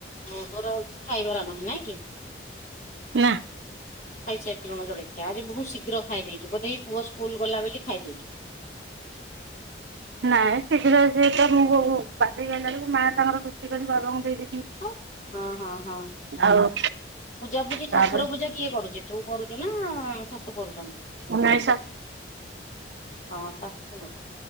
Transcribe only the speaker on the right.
ନା।
ନାଇଁ ଶୀଘ୍ର ଯିଏ ତ ମୁଁ <unintelligible> ଗାଧେଇ ଆଇଲା ବେଳକୁ ମା ତାଙ୍କର ରୁଟି କରିକି ବାବାଙ୍କୁ ଦେଇ ଦେଇ
ଆଉ
ତାପରେ
ଉଁ ନାଇଁ ସା